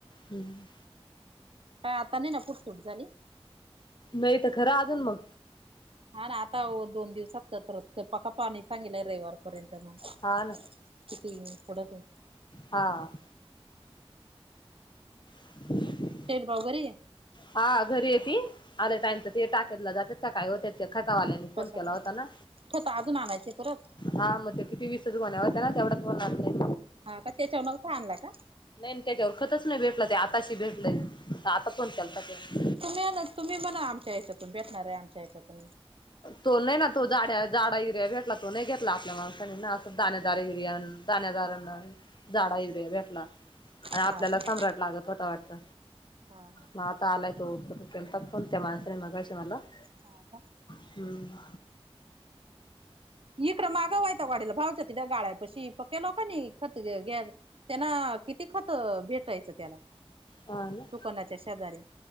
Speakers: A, on the left; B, on the right.
A: हम्म.
B: काय आता नाय ना कुट चूक झाली?
A: नाही तर खरं अजून मग.
B: हा ना आता व दोन दिवसात काय परत, पका पाणी सांगितलय रविवार पर्यंत मग किती
A: हा ना
B: पडत आहे.
A: हा. <inaudible>
B: <unintelligible> घरी आहे?
A: हा घरी आहे ती. आले टाईम तर ती टाकेतला जाते, सकाळी होते ते खतावाल्यानी फोन
B: कशाला
A: केला होता ना?
B: ठेवता अजून आणायचे परत?
A: हा मग ते किती विसच गोण्या होत्या ना? तेवढच भरून आणलंय.
B: हा का? त्याच्या मूळच थांबला का?
A: नाही त्यांच्यावर खतच नाही भेटलं, ते आताशी भेटलंय आ आता फोन केला -
B: तुम्ही तुम्ही म आमच्या ह्याच्यातून भेटणार आहे आमच्या ह्याच्यातून-
A: तो नाही ना तो जाड्या जाडा एरिया भेटला तो नाही घेतला आपल्या माणसाने ना असं दाणेदारा एरिया. दाणेदार अन जाडा एरिया भेटला. आणि आपल्याला
B: हा का?
A: सम्राट लागत होत वाटत.
B: हा हा.
A: मग आता आलाय तो फण त्या माणसने मगायशी मला <inaudible>
B: हा का
A: हम्म
B: इकडे मागावायं गाडी्याला भावच तिथ्या गाळ्या पशी- पक्क्या लोकांनी खत घ्या त्यांना किती खत भेटायचं त्याला.
A: ह ना
B: दुकानाच्या शेजारी.